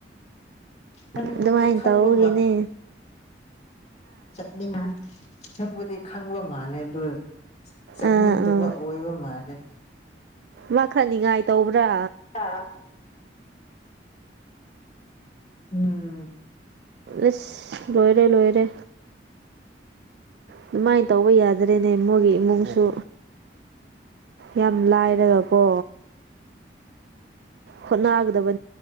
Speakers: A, on the left (about 40°); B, on the right (about 65°).
A: ꯈꯪꯕꯗꯤ
B: ꯑꯗꯨꯃꯥꯏꯅ
A: ꯈꯪꯕ
B: ꯇꯒꯤꯅꯦ
A: ꯆꯠꯅꯤꯡꯉ ꯈꯪꯕꯗꯤ ꯈꯪꯕ ꯃꯥꯜꯂꯦ ꯑꯗꯨ ꯆꯠꯅꯤꯡꯗꯕ
B: ꯑꯥ ꯑꯥ
A: ꯑꯣꯏꯕ ꯃꯥꯜꯂꯦ
B: ꯃꯥ ꯈꯔ ꯅꯤꯡꯉꯥꯏ ꯇꯧꯕ꯭ꯔꯥ
A: ꯑꯥ ꯎꯝ
B: ꯑꯦꯁ ꯂꯣꯏꯔꯦ ꯂꯣꯏꯔꯦ ꯑꯗꯨꯃꯥꯏꯅ ꯇꯧꯕ ꯌꯥꯗꯔꯦꯅꯦ ꯃꯣꯏꯒꯤ ꯏꯃꯨꯡꯁꯨ ꯌꯥꯝ ꯂꯥꯏꯔꯒꯀꯣ ꯍ ꯅꯥꯒꯗꯕ